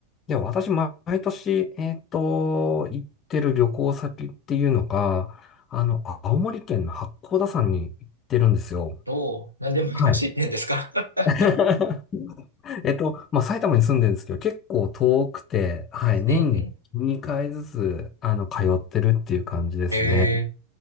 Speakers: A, on the left; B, on the right.
A: では、私、ま毎年、えっと、行ってる旅行先っていうのが、あの、青森県の八甲田山に行ってるんですよ。
B: おー、何でも昔行ってんですか
A: はい。
B: <laughs>
A: <laughs> えっと、まあ、埼玉に住んでるんですけど、結構遠くて、はい。年に2回ずつ、
B: うんうん。
A: あの、通ってるっていう感じですね。
B: ええ